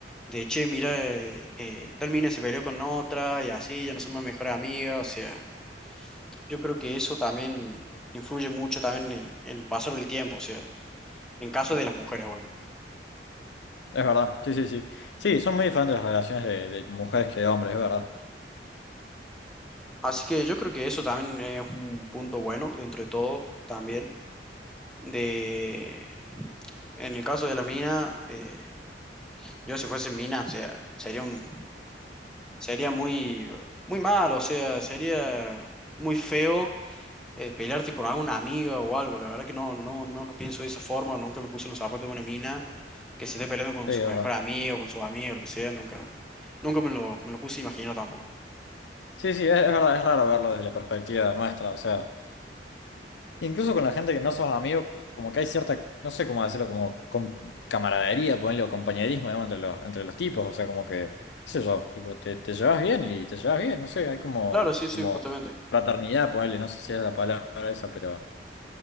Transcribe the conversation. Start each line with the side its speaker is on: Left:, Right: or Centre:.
Centre: de, che, mira, eh, eh, tal mina se peleó con otra y así, ya no somos mejores amigas, o sea. Yo creo que eso también influye mucho también en, en el pasar del tiempo, o sea, en caso de las mujeres hoy.
Left: es verdad, sí, sí, sí. Sí, son muy diferentes las relaciones de, de mujeres que de hombres, es verdad,
Centre: Así que yo creo que eso también es un punto bueno dentro de todo también. De, en el caso de la mina, eh, yo si fuese mina, o sea, sería un, sería muy, muy mal o sea, sería muy feo eh, pelearte con alguna amiga o algo. La verdad que no, no, no lo pienso de esa forma. Nunca me puse en los zapatos de una mina que se esté peleando con
Left: sí,
Centre: su
Left: es
Centre: mejor
Left: verdad.
Centre: amigo, con su amigo, lo que sea. Nunca, nunca me lo, me lo puse a imaginar tampoco.
Left: Sí, sí, es, es verdad, es raro verlo desde la perspectiva nuestra, o sea. Incluso con la gente que no sos amigo, como que hay cierta, no sé cómo decirlo, como com- camaradería, ponerle o compañerismo, digamos, entre los, entre los tipos, o sea, como que, qué sé yo, tipo, te, te llevas bien y te llevas bien, no sé, hay como,
Centre: Claro, sí, sí,
Left: como
Centre: justamente.
Left: fraternidad, ponerle, no sé si es la palabra esa, pero